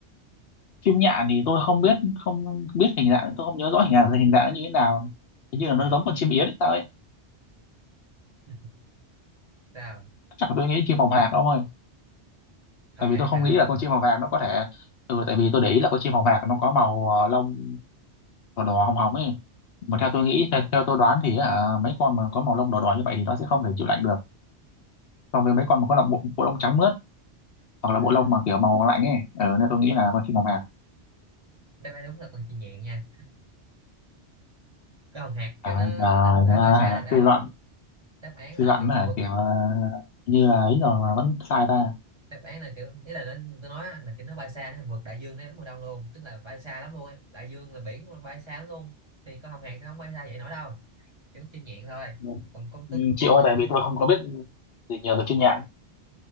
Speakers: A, on the left; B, on the right.
A: chim nhạn thì tôi không biết không biết hình dạng tôi không nhớ rõ hình dạng hình dạng nó như thế nào hình như là
B: ờ
A: nó giống con chim yến hay sao ấy
B: <laughs> sao
A: chắc là tôi nghĩ chim phòng hạc ông ơi
B: hồng
A: tại vì
B: hạc
A: tôi không
B: hả
A: nghĩ là con chim phòng hạc nó có thể ừ, tại vì tôi để ý là con chim phòng hạc nó có màu ờ, lông đỏ đỏ hồng hồng ấy mà
B: ừ
A: theo tôi nghĩ theo, theo tôi đoán thì à, mấy con mà có màu lông đỏ đỏ như vậy thì nó sẽ không thể chịu lạnh được so với mấy con mà có là bộ, bộ lông trắng mướt hoặc
B: à,
A: là bộ lông mà kiểu màu lạnh ấy ừ, nên tôi nghĩ là con chim phòng hạc
B: đáp án đúng là con chim nhạn nha cái hồng hạc cái
A: à,
B: nó
A: à,
B: nó nó không có thể bay xa được đâu
A: suy luận
B: đáp án
A: suy
B: là
A: luận
B: kiểu
A: hả
B: vượt
A: kiểu ờ, như là ấy rồi mà vẫn sai ta
B: đáp án là kiểu ý là nó, tôi nói á, là kiểu nó bay xa nó vượt đại dương nó đánh mùa đông luôn tức là bay xa lắm luôn ấy đại dương là biển mà bay xa lắm luôn thì con hồng hạc nó không bay xa vậy nổi đâu kiểu chim nhạn thôi
A: Vâng.
B: còn con
A: Ừ,
B: tôi cũng cố
A: chịu
B: tình
A: thôi tại
B: để,
A: vì
B: để,
A: tôi không có biết gì nhờ tôi chuyên nhạn